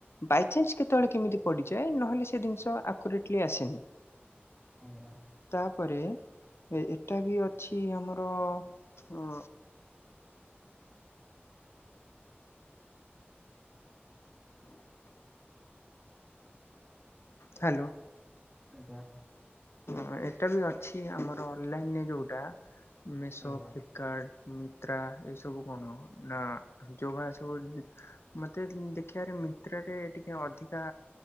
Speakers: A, on the left; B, in the centre.
A: ବାଇଚାନ୍ସ କେତେବେଳେ କେମିତି ପଡ଼ିଯାଏ, ନହେଲେ ସେ ଜିନିଷ ଆକୁରେଟଲି ଆସେନି।
B: ଆଜ୍ଞା।
A: ତାପରେ ଏଟା ବି ଅଛି ଆମର ଅ ହ୍ୟାଲୋ।
B: ଆଜ୍ଞା।
A: ହଁ ଏଟା ବି ଅଛି ଆମର ଅନଲାଇନରେ ଯୋଉଟା ମେଶୋ,
B: ଆଜ୍ଞା।
A: ଫ୍ଲିପକାର୍ଟ ମିନତ୍ରା ଏସବୁ କଣ ନା ଯୋଉଗୁରା ସବୁ ମତେ ଦେଖିବାରେ ମିନ୍ତ୍ରାରେ ଟିକେ ଅଧିକା